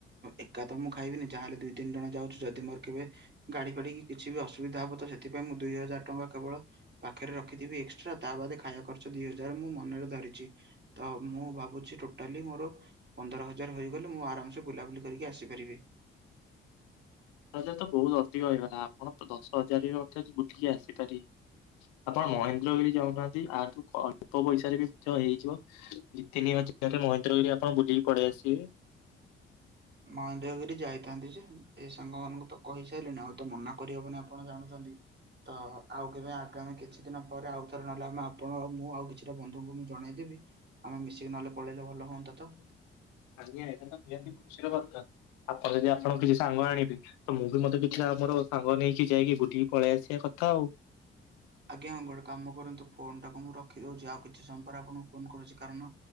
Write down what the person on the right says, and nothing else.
ଏକା ତ ମୁଁ ଖାଇବିନି ଯାହାେଲେ ଦୁଇ ତିନି ଜଣ ଯାଉଛିୁ ଯଦି ମୋର କେବେ ଗାଡି ଫାଡି କି କିଛି ବି ଅସୁବିଧା ହବ ତ ସେଥିପାଇ ମୁଁ ଦୁଇ ହଜାର ଟଙ୍କା କେବଳ ପାଖରେ ରଖିଥିବି ଏକ୍ସଟ୍ରା ତା ବାଦ ଖାଇବା ଖର୍ଚ୍ଚ ଦିଇ ହଜାର ମୁଁ ମନରେ ଧରିଛି। ତ ମୁଁ ଭାବୁଛି ଟୋଟାଲି ମୋର ପନ୍ଦର ହଜାର ହୋଇଗଲେ ମୁଁ ଆରାମସେ ବୁଲାବୁଲି କରିକି ଆସିପାରିବି।
ମହେନ୍ଦ୍ରଗିରି ଯାଇଥାନ୍ତି ଯେ ଏ ସାଙ୍ଗ ମାନଙ୍କୁ ତ କହିସାରିଲଣି ଆଉ ତ ମନା କରି ହବନି ଆପଣ ଜାଣୁଛନ୍ତି। ତ ଆଉ କେବେ ଆଗାମି ଖେ କିଛି ଦିନ ପରେ ଆଉ ଥରେ ନହେଲେ ଆମେ ଆପଣ ଆଉ ମୁଁ ଆଉ କିଛିଟା ବନ୍ଧୁଙ୍କୁ ମୁଁ ଜଣେଇଦେବି। ଆମେ ମିଶିକି ନହଲେ ପଳେଇଲେ ଭଲ ହୁଅନ୍ତା ତ?
ଆଜ୍ଞା ଗୋଟେ କାମ କରନ୍ତୁ ଫୋନ ଟାକୁ ମୁଁ ରଖି ଦଉଛି, ଆଉ କିଛି ସମୟ ପରେ ଆପଣଙ୍କୁ ଫୋନ କରୁଛି କାରଣ